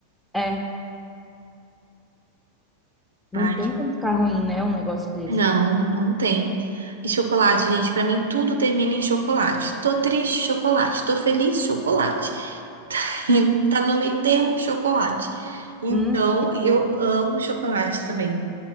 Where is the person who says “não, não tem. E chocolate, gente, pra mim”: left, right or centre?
Right